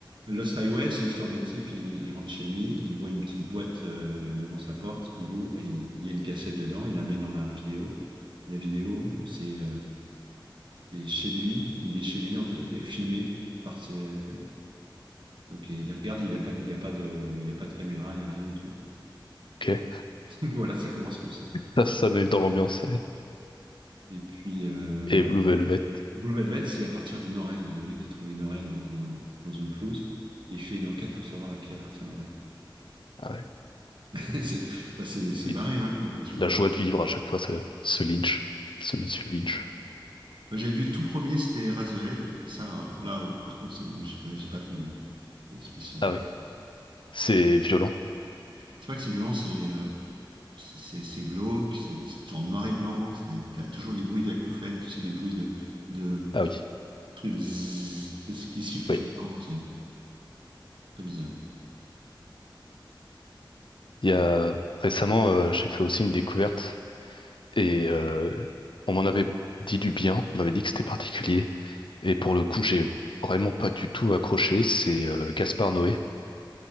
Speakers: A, on the right (about 70°); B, on the left (about 75°).
A: Lost Highway, c'est l'histoire d'un type, il, il rentre chez lui, il voit une petite boîte euh, devant sa porte, il ouvre, il, il y a une cassette dedans, il la met dans la vidéo. Et la vidéo, c'est euh, c'est chez lui, il est chez lui en- et filmé par ses, Donc il regarde, il n'y a pas, il y a pas de, il y a pas de caméra, il n'y a rien du tout.
B: Ok. <laughs>
A: <laughs> Voilà, ça commence comme ça.
B: Ça, ça met dans l'ambiance. ouais.
A: Et puis euh,
B: Et
A: alors,
B: Blue Velvet,
A: Blue Velvet, c'est à partir d'une oreille. Le mec qui trouve une oreille dans un, dans une pelouse et il fait une enquête pour savoir à qui appartient l'oreille.
B: ah ouais.
A: <laughs> C'est bah, c'est c'est
B: il-
A: barré, hein, comme, toujours
B: La
A: comme.
B: joie de vivre à chaque fois, ce, ce Lynch, ce monsieur Lynch.
A: Ouais. Moi, J'avais vu le tout premier, c'était Eraserhead, et ça, euh, là, par contre, c'est, moi, j'ai pas, j'ai pas tenu. hein. C'était spécial.
B: Ah
A: hein.
B: oui, c'est violent.
A: C'est pas que c'est violent, c'est euh, c'est c'est- c'est glauque, c'est c'est en noir et blanc, c'est- t'as toujours des bruits d'acouphènes, tu sais, des bruits de, de,
B: Ah oui,
A: truc zzz, c'est ce qui siffle
B: oui.
A: tout le temps, c'est très bizarre.
B: Il
A: Et,
B: y a récemment, euh, j'ai fait aussi une découverte et euh, on m'en avait dit du bien, on m'avait dit que c'était particulier. Et pour le coup, j'ai vraiment pas du tout accroché. C'est euh, Gaspard Noé.